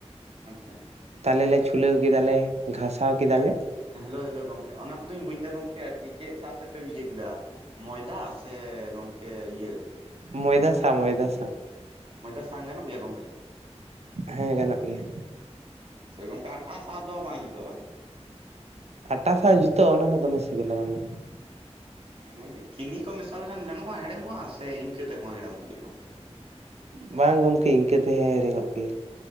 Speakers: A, on the right (about 50°); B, on the right (about 70°).
A: ᱟᱪᱪᱷᱟ᱾
B: ᱛᱟᱞᱮ ᱞᱮ ᱪᱷᱩᱞᱟᱹᱣ ᱠᱮᱫᱟᱞᱮ, ᱜᱷᱟᱥᱟᱣ ᱠᱮᱫᱟᱞᱮ᱾
A: ᱡᱟᱠ ᱦᱮᱞᱳ ᱦᱮᱞᱳ ᱜᱚᱢᱠᱮ ᱚᱱᱟ ᱠᱚᱫᱚᱧ ᱵᱩᱡᱫᱟ ᱜᱚᱢᱠᱮ ᱟᱨᱠᱤ ᱪᱮᱫ ᱥᱟᱶᱛᱮᱯᱮ ᱤᱭᱟᱹ ᱠᱮᱫᱟ? ᱢᱚᱭᱫᱟ ᱥᱮ ᱜᱚᱝᱠᱮ ᱤᱭᱟᱹ?
B: ᱢᱚᱭᱫᱟ ᱥᱟᱶ ᱢᱚᱭᱫᱟ ᱥᱟᱶ᱾
A: ᱢᱚᱭᱫᱟ ᱥᱟᱝ ᱜᱟᱱᱚᱜ ᱜᱮᱭᱟ ᱜᱚᱝᱠᱮ?
B: ᱦᱮᱸ ᱜᱟᱱᱚᱜ ᱜᱮᱭᱟ᱾
A: ᱟᱪᱪᱷᱟ ᱜᱚᱝᱠᱮ ᱟᱴᱟ ᱥᱟᱸᱶ ᱫᱚ ᱵᱟᱝ ᱡᱩᱛᱚᱜ-ᱟ ᱵᱟᱝ?
B: ᱟᱴᱟᱟᱥ ᱥᱟᱸᱶ ᱡᱩᱛᱚ-ᱟ ᱚᱱᱟ ᱦᱚᱸ ᱫᱚᱢᱮ ᱥᱤᱵᱤᱞᱟ ᱵᱟᱝ ᱫᱚ ᱵᱟᱝ᱾
A: ᱥᱮ ᱜᱚᱝᱠᱮ ᱪᱤᱱᱤ ᱠᱚ ᱢᱮᱥᱟ ᱞᱮᱠᱷᱟᱱ ᱜᱟᱱᱚᱜ-ᱟ, ᱦᱮᱲᱮᱢᱚᱜ-ᱟ ᱥᱮ ᱤᱱᱠᱟᱹ ᱛᱮᱦᱚᱸ ᱦᱮᱲᱢᱚᱜ ᱜᱮᱭᱟ ᱜᱚᱝᱠᱮ?
B: ᱩᱸᱜ ᱵᱟᱝ ᱜᱚᱢᱠᱮ ᱤᱱᱠᱟᱹ ᱛᱮᱦᱮ ᱦᱮᱲᱮᱧᱚᱸᱜ ᱜᱮᱭᱟ᱾